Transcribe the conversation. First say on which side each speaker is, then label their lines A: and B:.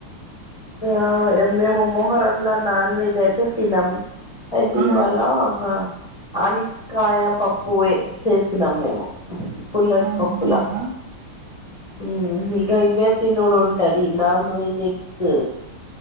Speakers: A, on the left (about 50°); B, on the right (about 75°).
A: ఆ మేము మొహరంలా నాన్ వెజ్ అయితే తినం. అయితే
B: ఆ
A: ఇవాల ఒక ఆనికాయ పప్పువే చేసినాం మేము పుల్లట్
B: ఆ
A: పప్పులా
B: అవునంట
A: ఉ ఇగా ఇవ్యతినోడు ఉంటది. Non veg eggs